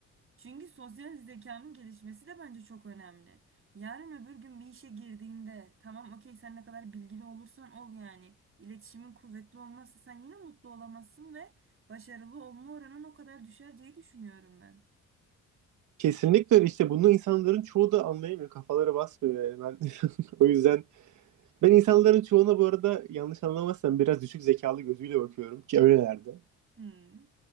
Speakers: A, on the right; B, on the right.
A: Çünkü sosyal zekanın gelişmesi de bence çok önemli. Yarın öbür gün bir işe girdiğinde tamam okey sen ne kadar bilgili olursan ol yani. İletişimin kuvvetli olmazsa sen yine mutlu olamazsın ve başarılı olma oranın o kadar düşer diye düşünüyorum ben.
B: <laughs> Kesinlikle öyle. işte bunu insanların çoğu da anlayamıyor. Kafaları basmıyor yani ben. <laughs> o yüzden Ben insanların çoğuna bu arada yanlış anlamazsam biraz düşük zekalı gözüyle bakıyorum ki öylelerdi.
A: Hmm.